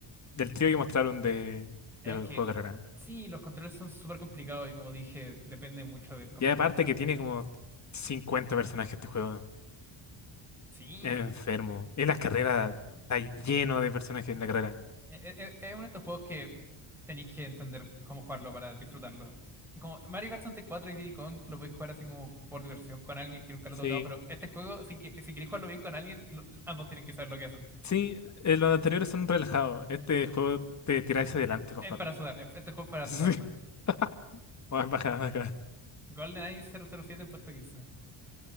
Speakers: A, on the left; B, in the centre.
A: del trío que mostraron de,
B: Es
A: de
B: que
A: juego de carrera.
B: sí, los controles son súper complicados y como dije, depende mucho del control
A: Y aparte que
B: que
A: tiene
B: tengáis.
A: como 50 personajes este juego.
B: Sí,
A: Es enfermo. En las carreras está lleno de personajes en la carrera.
B: e- e- e- es uno de estos juegos que tenéis que entender cómo jugarlo para disfrutarlo. Como Mario Kart 64 y cuatro y Diddy Kong lo podéis jugar así como por diversión con alguien que nunca lo
A: Sí,
B: ha tocado, pero este juego, si, que, si queréis jugarlo bien con alguien, lo- ambos tienen que saber lo que hacen.
A: sí, eh, los anteriores son relajados. Este juego te tiráis adelante para
B: Es
A: jugarlo.
B: para sudar, es- este juego es para
A: <laughs>
B: sudar. ¿verdad?
A: Sí, baja, baja.
B: GoldenEye cero cero siete en puesto quince